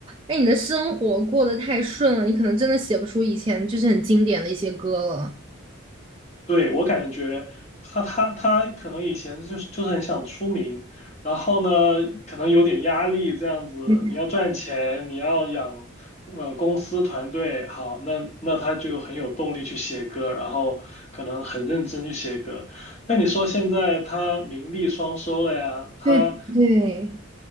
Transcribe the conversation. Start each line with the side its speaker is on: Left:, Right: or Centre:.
Right: 哎，你的生活过得太顺了，你可能真的写不出以前就是很经典的一些歌了。
Left: 对，我感觉他他他可能以前就是就是很想出名，然后呢，可能有点压力这样子，
Right: 嗯
Left: 你要赚钱，你要养呃公司团队，好，那那他就很有动力去写歌，然后可能很认真去写歌。那你说现在他名利双收了呀，他
Right: 对对，